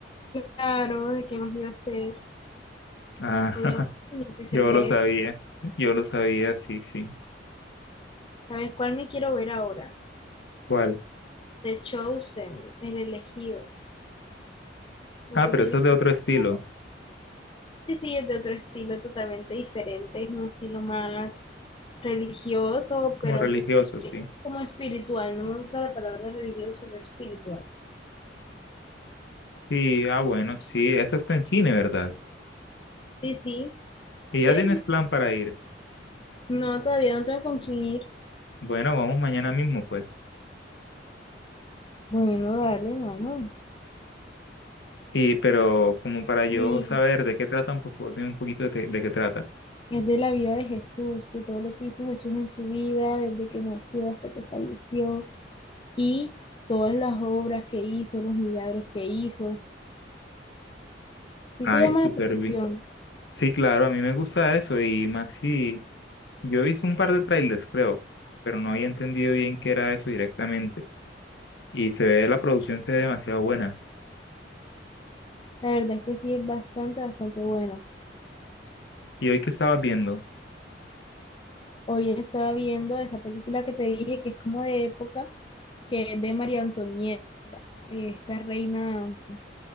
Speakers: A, on the left (about 30°); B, on the left (about 75°).
A: claro, ¿de qué más iba a ser?
B: Ah, <laughs>
A: Obviamente tenía que ser
B: yo
A: de
B: lo sabía,
A: eso.
B: yo lo sabía, sí, sí.
A: ¿Sabes cuál me quiero ver ahora?
B: ¿Cuál?
A: The Chosen, El Elegido. No
B: Ah,
A: sé
B: pero
A: si
B: eso
A: lo has
B: es
A: escuchado.
B: de otro estilo,
A: Sí, sí, es de otro estilo totalmente diferente, es un estilo más religioso,
B: como
A: pero
B: religioso,
A: quizás este,
B: sí.
A: como espiritual. No me gusta la palabra religioso, sino espiritual.
B: Sí, ah, bueno, sí, esa está en cine, ¿verdad?
A: Sí, sí.
B: Y
A: ¿Quieres
B: ya tienes
A: ir?
B: plan para ir.
A: No, todavía no tengo con quién ir.
B: Bueno, vamos mañana mismo, pues.
A: Bueno, dale, vamos.
B: Y, pero como para yo
A: Y
B: saber de qué trata un poco, de un poquito de, de qué trata.
A: es de la vida de Jesús, de todo lo que hizo Jesús en su vida, desde que nació hasta que falleció, y todas las obras que hizo, los milagros que hizo. Sí
B: Ay,
A: te llama
B: súper
A: la atención.
B: bien. Sí, claro, a mí me gusta eso y más si yo hice un par de trailers, creo, pero no había entendido bien qué era eso directamente. Y se ve, la producción se ve demasiado buena.
A: La verdad es que sí es bastante, bastante buena.
B: ¿Y hoy que estabas viendo?
A: Hoy estaba viendo esa película que te dije que es como de época, que es de María Antonieta, eh, esta reina